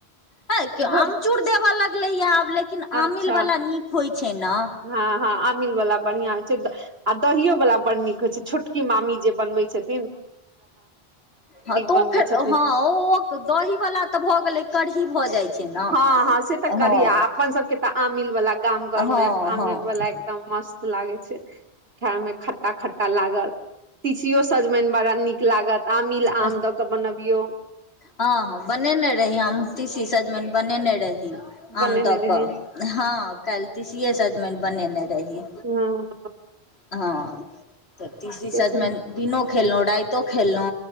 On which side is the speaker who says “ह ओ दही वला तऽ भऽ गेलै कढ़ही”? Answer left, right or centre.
Left